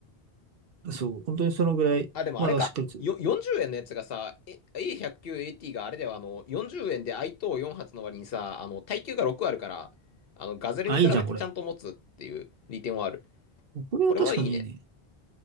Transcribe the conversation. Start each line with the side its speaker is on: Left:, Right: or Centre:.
Right: そう、本当にそのぐらい、
Left: あ、でもあれか。
Right: まあしっかりつ、
Left: よ、40円のやつがさ、え A109AT があれだよ、あの、40円で i 等4発の割にさ、あの、耐久が6あるから、あの、ガゼルに比べてちゃんと持つっていう利点はある。
Right: あ、いいじゃん、これ。これは確かにいいね。
Left: これはいいね。